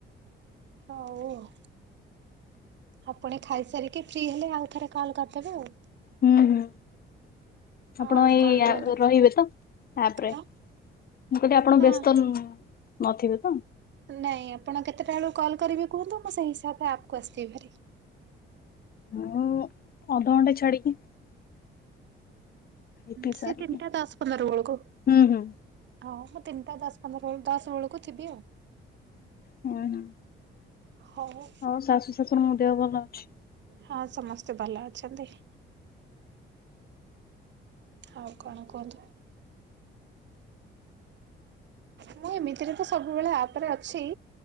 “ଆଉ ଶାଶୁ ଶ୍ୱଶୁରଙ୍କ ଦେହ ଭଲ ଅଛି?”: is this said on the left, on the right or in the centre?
Left